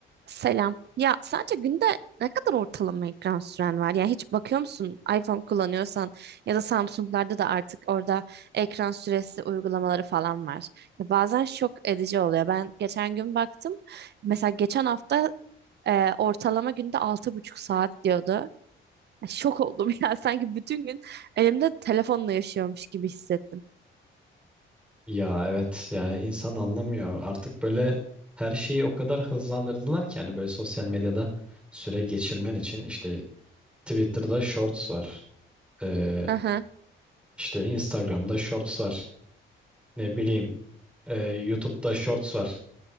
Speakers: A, on the right; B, in the centre.
A: Selam. Ya sence günde ne kadar ortalama ekran süren var? Yani hiç bakıyor musun iPhone kullanıyorsan ya da Samsung'larda da artık orada ekran süresi uygulamaları falan var. Ya bazen şok edici oluyor. Ben geçen gün baktım. Mesela geçen hafta e, ortalama günde altı buçuk saat diyordu. Ya şok oldum <laughs> ya. Sanki bütün gün elimde telefonla yaşıyormuş gibi hissettim.
B: Ya evet yani insan anlamıyor. Artık böyle her şeyi o kadar hızlandırdılar ki hani böyle sosyal medyada süre geçirmen için işte Twitter'da Shorts var. Ee,
A: Aha.
B: işte Instagram'da Shorts var. Ne bileyim e, YouTube'da Shorts var.